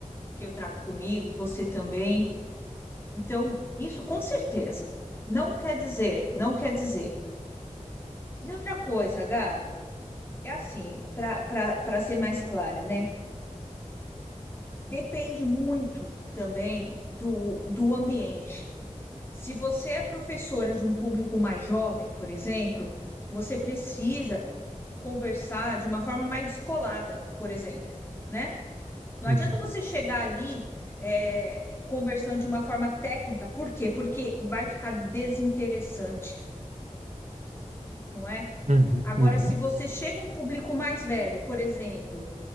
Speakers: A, on the left; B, on the right.
A: que eu trago comigo, você também. Então, isso com certeza. Não quer dizer, não quer dizer. E outra coisa, Gab, é assim, para para ser mais clara, né? Depende muito também do, do ambiente. Se você é professora de um público mais jovem, por exemplo, você precisa conversar de uma forma mais descolada, por exemplo, né? Não
B: uhum,
A: adianta você chegar ali é, conversando de uma forma técnica, por quê? Porque vai ficar desinteressante, não é?
B: uhum,
A: Agora,
B: uhum,
A: se você chega a um público mais velho, por exemplo,